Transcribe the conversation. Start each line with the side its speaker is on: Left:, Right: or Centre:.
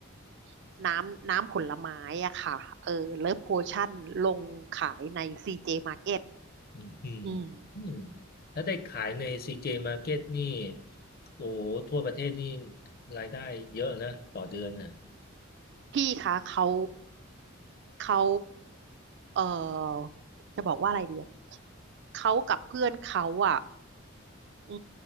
Right: ำน้ำน้ำผลไม้อะค่ะเออเลิฟโพชั่นลงขายใน CJ Market
Left: อืมอืม
Right: อืม
Left: อืมถ้าได้ขายใน CJ Market นี่โอ้โหทั่วประเทศนี่รายได้เยอะนะต่อเดือนน่ะ
Right: พี่คะเขาเขาเออจะบอกว่าอะไรดีอะเขากับเพื่อนเขาอ่ะอื